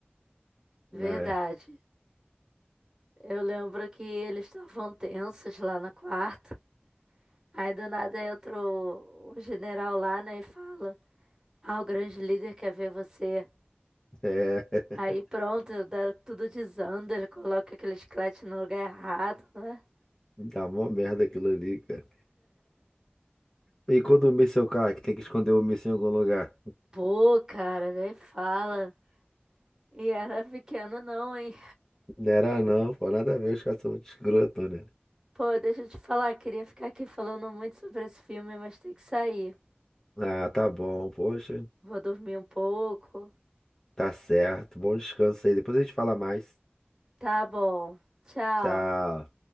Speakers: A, on the right; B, on the left.
A: Verdade.
B: É,
A: Eu lembro que eles estavam tensos lá no quarto. Aí do nada entra o, o general lá, né, e fala: Ah, o grande líder quer ver você.
B: é,
A: Aí pronto, dá, tudo desanda, ele coloca aquele chiclete no lugar errado, né?
B: <laughs> dá mó merda aquilo ali, cara. E quando o míssil cai, que tem que esconder o míssil em algum lugar?
A: Pô, cara, nem fala. E era pequeno, não, hein?
B: Não era não, pô, nada a ver, os caras são muito escroto, né?
A: Pô, deixa eu te falar, queria ficar aqui falando muito sobre esse filme, mas tem que sair.
B: Ah, tá bom. Poxa,
A: Vou dormir um pouco.
B: tá certo. Bom descanso aí. Depois a gente fala mais.
A: Tá bom. Tchau.
B: Tchau.